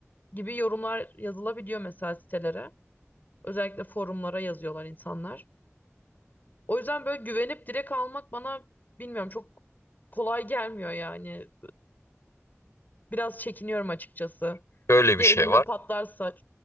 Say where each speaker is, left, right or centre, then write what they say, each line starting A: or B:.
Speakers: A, on the left; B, on the left.
A: gibi yorumlar yazılabiliyor mesela sitelere. Özellikle forumlara yazıyorlar insanlar. O yüzden böyle güvenip direkt almak bana bilmiyorum çok kolay gelmiyor yani. Biraz çekiniyorum açıkçası.
B: Şöyle
A: Ya
B: bir şey
A: elimde
B: var.
A: patlarsa.